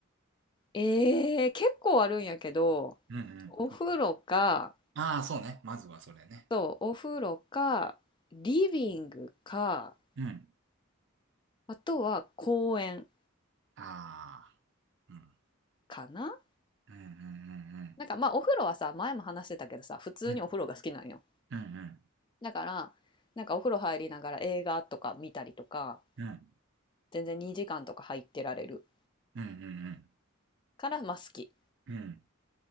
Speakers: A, on the left (about 20°); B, on the right (about 60°).
A: えー、結構あるんやけど、
B: うんうん。
A: お風呂か、
B: ああ、そうね。まずはそれね。
A: そう、お風呂か、リビングか、
B: うん。
A: あとは公園
B: ああー。うん。
A: かな
B: うんうん
A: なんかまあお風呂はさ、前も話してたけどさ、普通にお風呂が好きなんよ。
B: うんうん。うん。うんうん
A: だから、なんかお風呂入りながら映画とか見たりとか、
B: うん
A: 全然2時間とか入ってられる
B: うんうん。
A: から、まあ好き。
B: うん